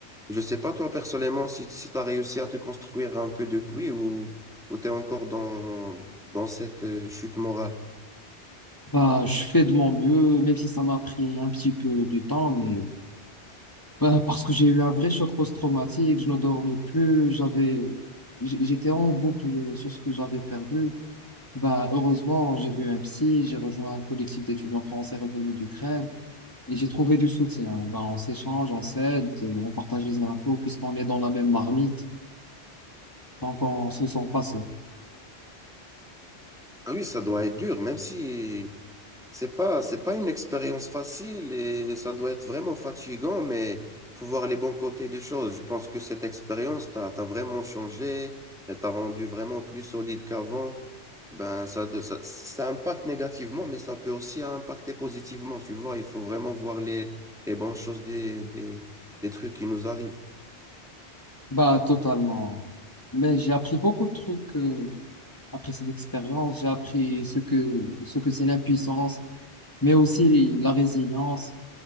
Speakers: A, in the centre; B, on the left (about 20°).
A: Je sais pas, toi, personnellement, si, si tu as réussi à te construire un peu depuis ou, ou tu es encore dans, dans cette euh, chute morale.
B: Bah, je fais de mon mieux, même si ça m'a pris un petit peu de temps, mais bah, parce que j'ai eu un vrai choc post-traumatique, je ne dormais plus, j'avais, j'- j'étais en boucle sur ce que j'avais perdu. Bah, heureusement, j'ai vu un psy, j'ai rejoint un collectif d'étudiants français revenus d'Ukraine et j'ai trouvé du soutien. Bah, on s'échange, on s'aide, euh, on partage les infos puisqu'on est dans la même marmite, donc on se sent pas seul.
A: Ah oui, ça doit être dur, même si C'est pas, c'est pas une expérience facile et ça doit être vraiment fatigant, mais faut voir les bons côtés des choses. Je pense que cette expérience t'a, t'a vraiment changé, elle t'a rendu vraiment plus solide qu'avant. Ben, ça, de- ça, ça impacte négativement, mais ça peut aussi impacter positivement. Tu vois, il faut vraiment voir les, les bonnes choses des, des, des trucs qui nous arrivent.
B: Bah, totalement. Mais j'ai appris beaucoup de trucs euh, après cette expérience. J'ai appris ce que ce que c'est l'impuissance, mais aussi la résilience.